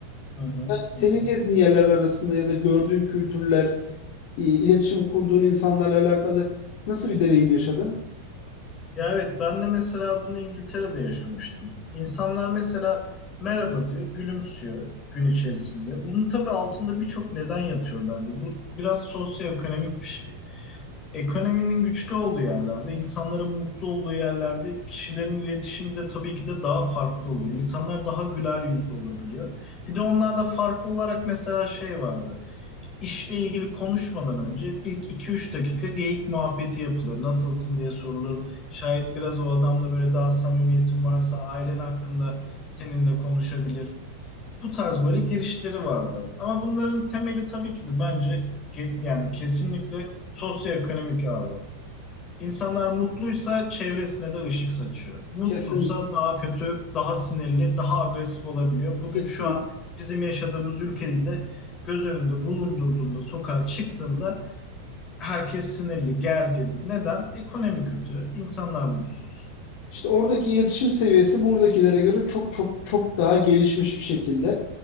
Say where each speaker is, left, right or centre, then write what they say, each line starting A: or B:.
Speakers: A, on the left; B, on the left.
A: Hı hı,
B: Yani Senin
A: hı hı.
B: gezdiğin yerler arasında ya da gördüğün kültürler, i- iletişim kurduğun insanlarla alakalı nasıl bir deneyim yaşadın?
A: Ya evet ben de mesela bunu İngiltere'de yaşamıştım. İnsanlar mesela merhaba diyor, gülümsüyor gün içerisinde. Bunun tabii altında birçok neden yatıyor bence. Bu biraz sosyoekonomik bir şey. Ekonominin güçlü olduğu yerlerde, insanların mutlu olduğu yerlerde kişilerin iletişimi de tabii ki de daha farklı oluyor. İnsanlar daha güler yüzlü olabiliyor. Bir de onlarda farklı olarak mesela şey vardı. İşle ilgili konuşmadan önce ilk iki üç dakika geyik muhabbeti yapılır. Nasılsın diye sorulur. Şayet biraz o adamla böyle daha samimiyetin varsa ailen hakkında seninle konuşabilir. Bu tarz böyle girişleri vardı. Ama bunların temeli tabii ki de bence ge- yani kesinlikle sosyoekonomik abi. İnsanlar mutluysa çevresine de ışık saçıyor. Mutsuzsa
B: Kesinlikle,
A: daha kötü, daha sinirli, daha agresif olabiliyor. Bugün
B: kesinlikle.
A: şu an bizim yaşadığımız ülkede de göz önünde bulundurduğunda, sokağa çıktığında herkes sinirli, gergin. Neden? Ekonomi kötü, insanlar mutsuz.
B: İşte oradaki iletişim seviyesi buradakilere göre çok çok çok daha gelişmiş bir şekilde.